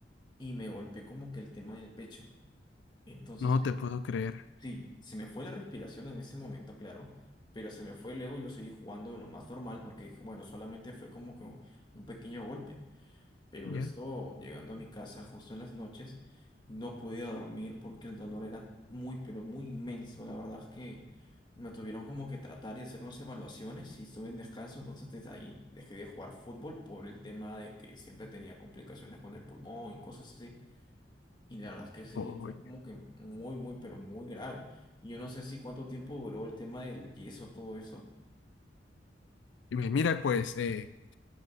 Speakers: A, on the left; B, on the left.
A: y me golpeé como que el tema del pecho. Entonces,
B: No te puedo creer,
A: sí, se me fue la respiración en ese momento, claro, pero se me fue luego yo seguí jugando de lo más normal porque dije, bueno, solamente fue como que un un pequeño golpe. Pero
B: ¿ya?
A: esto, llegando a mi casa justo en las noches, no podía dormir porque el dolor era muy, pero muy inmenso. La verdad es que me tuvieron como que tratar y hacer unas evaluaciones y estuve en descanso. Entonces desde ahí dejé de jugar fútbol por el tema de que siempre tenía complicaciones con el pulmón y cosas así. Y la verdad es que sí,
B: Oye,
A: fue como que muy, muy, pero muy grave. Y Yo no sé si cuánto tiempo duró el tema del yeso, todo eso.
B: y mi- mira, pues, eh,